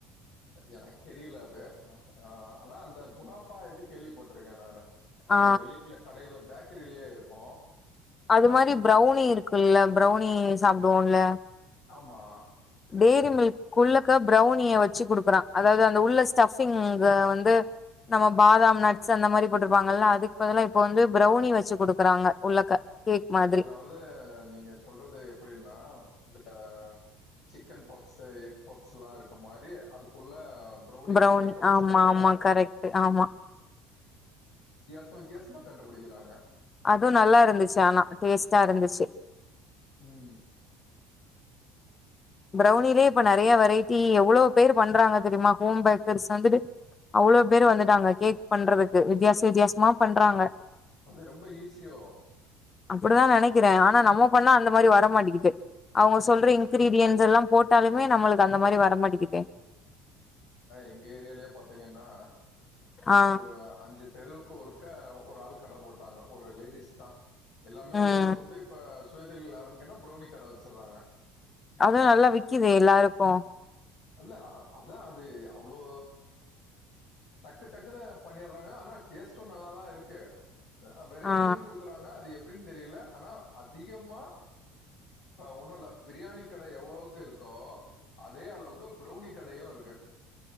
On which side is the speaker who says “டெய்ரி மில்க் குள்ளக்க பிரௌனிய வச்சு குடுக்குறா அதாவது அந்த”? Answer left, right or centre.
Left